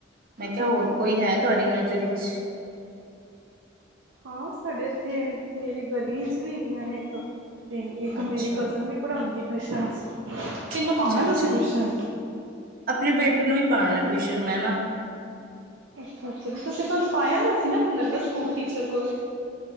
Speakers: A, on the right; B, on the right.
A: ਮੈਂ ਕਿਹਾ ਹੋਰ ਕੋਈ ਹੈ
B: ਅੱਛਾ।
A: ਤੁਹਾਡੀ ਨਜ਼ਰ ਵਿਚ।
B: ਹਾਂ ਸਾਡੇ ਇੱਥੇ ਮੇਰੀ ਗਲੀ ਚ ਵੀ ਹੈਗੀਆਂ ਨੇ ਇੱਕ ਤੇ ਇੱਕ
A: ਅੱਛਾ
B: ਮੇਰੀ ਕਜ਼ਨ ਵੀ ਪੜ੍ਹਾਉਂਦੀ ਟਿਊਸ਼ਨ ਕਿਹਨੂੰ
A: ਅੱਛਾ
B: ਪਾਉਣਾ
A: ਅੱਛਾ
B: ਤੁਸੀਂ ਟਿਊਸ਼ਨ?
A: ਆਪਣੇ ਬੇਟੇ ਨੂੰ ਹੀ ਪਾਉਣਾ ਟਿਊਸ਼ਨ ਮੈਂ ਨਾ।
B: ਅੱਛਾ ਅੱਛਾ ਤੁਸੀਂ ਤੁਹਾਨੂੰ ਪਾਇਆ ਦਾ ਸੀ ਨਾ ਮੈਨੂੰ ਲੱਗ ਦਾ ਸਕੂਲ ਟੀਚਰ ਕੋਲ।